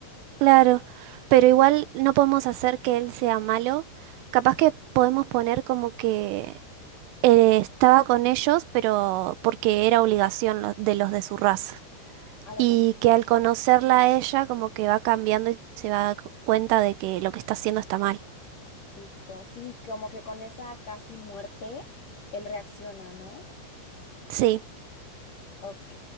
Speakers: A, on the right; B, on the left.
A: Claro, pero igual no podemos hacer que él sea malo. Capaz que podemos poner como que eh, estaba con ellos, pero porque era obligación lo- de los de su raza.
B: A lo
A: Y
B: mejor,
A: que al conocerla a ella, como que va cambiando y se va a dar cuenta de que lo que está haciendo está mal.
B: justo, sí, como que con esa casi muerte, él reacciona, ¿no?
A: Sí.
B: Ok,